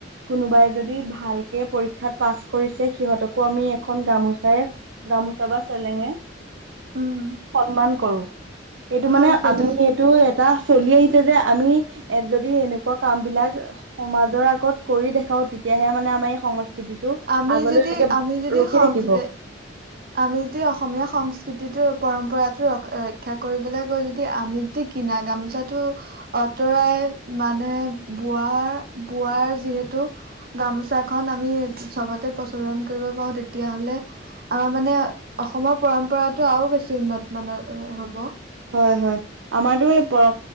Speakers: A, on the right; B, on the right.
A: কোনোবাই যদি ভালকে পৰীক্ষাত পাছ কৰিছে, সিহঁতকো আমি এখন গামোচাৰে গামোচা বা চেলেঙে
B: উম
A: সন্মান কৰো। এইটো
B: হয়
A: মানে
B: সেইটো
A: আমি
B: কথা
A: এইটো এটা চলি আহিছে যে আমি এ যদি এনেকুৱা কাম বিলাক সমাজৰ আগত কৰি দেখাওঁ তেতিয়াহে মানে আমাৰ এই সংস্কৃতিটো
B: আমি
A: আগলৈ
B: যদি
A: এনেকে
B: আমি যদি
A: ৰখি
B: সং
A: থাকিব।
B: আমি যদি অসমীয়া সংস্কৃতিটো পৰম্পৰাটো ৰ ৰক্ষা কৰিবলৈ গৈ যদি আমি যদি কিনা গামোচাটো আঁতৰাই মানে বোৱাৰ বোৱাৰ যিহেতু গামোচাখন আমি চবতে প্ৰচলন কৰিব পাৰো তেতিয়াহলে আমাৰ মানে অসমৰ পৰম্পৰাটো আৰু বেছি উন্নত মানৰ হ'ব।
A: হয় হয়। আমাৰতো এই পৰ